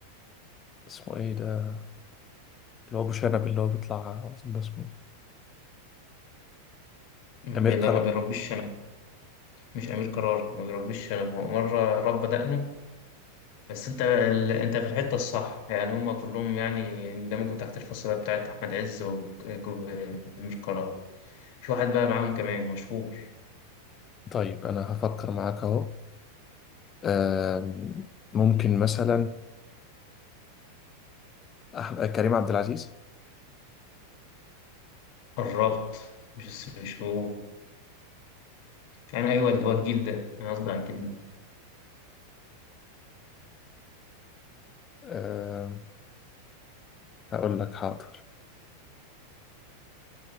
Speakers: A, on the left (about 30°); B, on the left (about 60°).
A: اسمه ايه ده اللي هو ابو شنب اللي هو بيطلع أظن اسمه
B: ما
A: امير
B: بي... لا
A: كرم
B: ما بيربيش شنب مش أمير قرار ما بيربيش شنب هو مرة رب دقنه بس انت ال... انت في الحتة الصح يعني هما كلهم يعني اندمجوا تحت الفصيلة بتاعت أحمد عز و- وأمير قرار في واحد بقى معاهم كمان مشهور
A: طيب انا هفكر معاك اهو آم، ممكن مثلا أح- كريم عبد العزيز
B: قربت مش الس- مش هو يعني أيوه اللي هو الجيل ده أنا قصدي على الجيل ده
A: آم، هقول لك حاضر